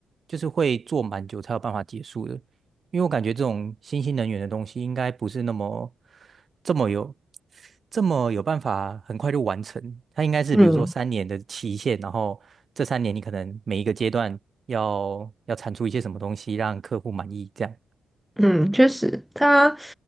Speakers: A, on the right (about 40°); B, in the centre.
A: 就是会做蛮久才有办法结束的？因为我感觉这种新兴能源的东西，应该不是那么这么有这么有办法很快就完成。它应该是比如说三年的期限，
B: 嗯
A: 然后这三年你可能每一个阶段要要产出一些什么东西，让客户满意，这样。
B: 嗯，确实，它